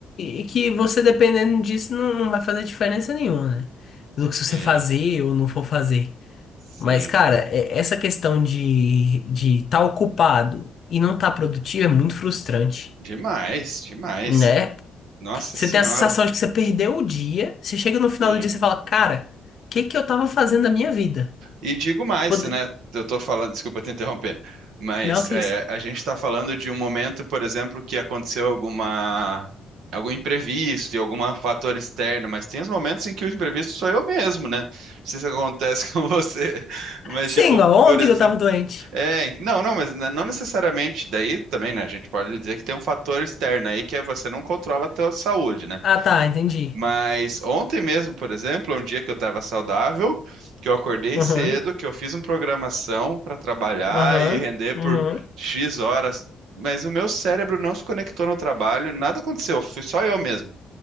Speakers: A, on the left; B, on the right.
A: e que você, dependendo disso, não, não vai fazer diferença nenhuma, né? Do
B: Sim,
A: que se você fazer ou não for fazer.
B: sim.
A: Mas, cara, é- essa questão de de estar ocupado e não estar produtivo é muito frustrante,
B: Demais, demais.
A: né?
B: Nossa
A: Você
B: Senhora.
A: tem a sensação de que você perdeu o dia, você chega no final
B: Sim.
A: do dia e você fala, cara, o que que eu tava fazendo da minha vida?
B: E digo mais,
A: Pode-
B: né? Eu tô falando, desculpa te interromper, mas
A: Não, que
B: é,
A: isso?
B: a gente está falando de um momento, por exemplo, que aconteceu alguma algum imprevisto e algum fator externo, mas tem os momentos em que o imprevisto sou eu mesmo, né? Não sei se acontece <laughs> com você, mas
A: Sim,
B: tipo,
A: igual ontem
B: por exemplo,
A: que eu tava doente.
B: é, não, não, mas n- não necessariamente. Daí também, né? A gente pode dizer que tem um fator externo aí que é você não controla a tua saúde, né?
A: Ah, tá, entendi.
B: Mas ontem mesmo, por exemplo, é um dia que eu estava saudável, que eu acordei
A: Aham,
B: cedo, que eu fiz uma programação para trabalhar
A: aham,
B: e render por
A: aham.
B: X horas, mas o meu cérebro não se conectou no trabalho, e nada aconteceu, fui só eu mesmo.